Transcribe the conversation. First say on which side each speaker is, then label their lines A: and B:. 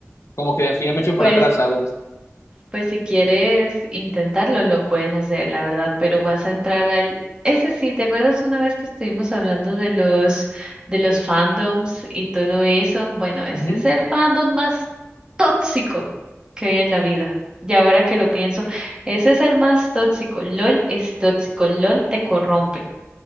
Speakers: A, on the left; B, on the right.
A: como que al final me echo para
B: Pues
A: atrás, ¿sabes?
B: Pues si quieres intentarlo, lo puedes hacer, la verdad, pero vas a entrar al... Ese sí, ¿te acuerdas una vez que estuvimos hablando de los de los fandoms y todo eso? Bueno, ese
A: Ujú.
B: es el fandom más tóxico que hay en la vida. Y ahora que lo pienso, ese es el más tóxico. LOL es tóxico, LOL te corrompe.